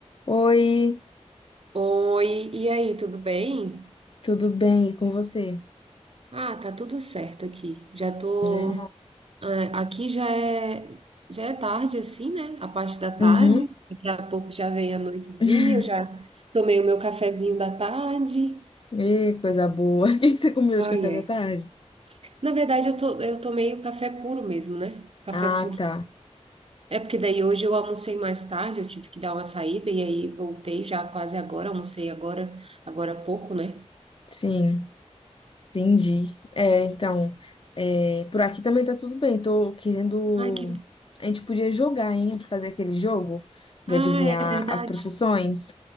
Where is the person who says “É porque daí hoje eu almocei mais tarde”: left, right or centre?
Right